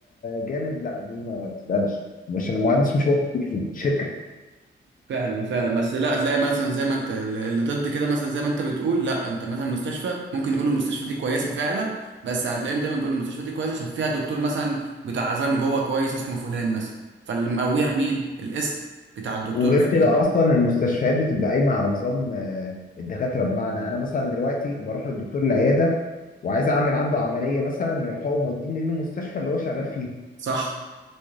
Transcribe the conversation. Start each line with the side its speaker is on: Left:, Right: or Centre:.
Left: جامد لا دي ما تسألش مش المهندس مش هو شركة
Right: فعلا فعلا بس لا تلاقي مثلا زي ما انت اللي ضد كده مثلا زي ما انت بتقول لا انت مثلا مستشفى ممكن يقولوا المستشفى دي كويسه فعلا بس هتلاقيهم دايما بيقولوا المستشفى دي كويسه عشان فيها دكتور مثلا بتاع عظام جوه كويس اسمه فلان مثلا فاللي مقويها مين الاسم بتاع الدكتور
Left: وغير
Right: الفلاني
Left: كده اصلا المستشفيات بتبقى قايمة على نظام آه، الدكاترة بمعنى انا مثلا دلوقتي بروح للدكتور العيادة وعايز اعمل عنده عملية مثلا يروح هو موديني للمستشفى اللي هو شغال فيها
Right: صح